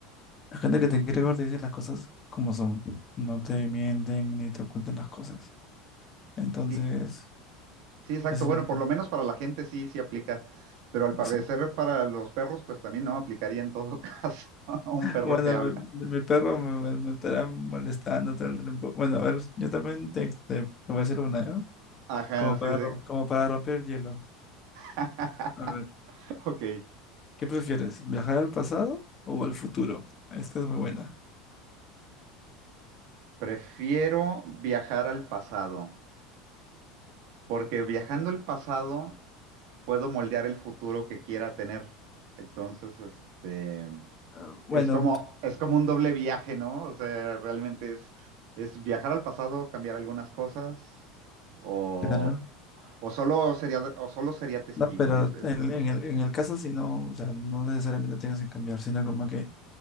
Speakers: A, on the left (about 35°); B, on the right (about 70°).
A: La gente que te quiere ver te dice las cosas como son. No te mienten ni te ocultan las cosas. Entonces,
B: Sí, Sí, exacto.
A: ese es
B: Bueno,
A: mi punto.
B: por lo menos para la gente sí, sí aplica, pero al
A: Exacto.
B: parecer para los perros, pues también no aplicaría en todo <laughs> caso un perro
A: Bueno,
B: que habla.
A: mi, mi- mi perro me, me- me estará molestando todo el tiempo. Bueno, a ver, yo también te, te- te voy a hacer una, ¿no?
B: Ajá,
A: Como
B: sí.
A: para,
B: De...
A: rom- como para romper el hielo.
B: <laughs>
A: A ver,
B: Ok.
A: ¿qué prefieres? ¿Viajar al pasado o al futuro? Esta es muy buena.
B: Prefiero viajar al pasado, porque viajando al pasado puedo moldear el futuro que quiera tener. Entonces, este,
A: Ah, Bueno,
B: Es como, es como un doble viaje, ¿no? O sea, realmente es, es viajar al pasado, cambiar algunas cosas, o,
A: claro.
B: o solo sería, o solo sería testigo
A: No, pero
B: en el, en
A: en,
B: ese pasado.
A: en el, en el caso si no, o sea, no necesariamente tienes que cambiar, sino como que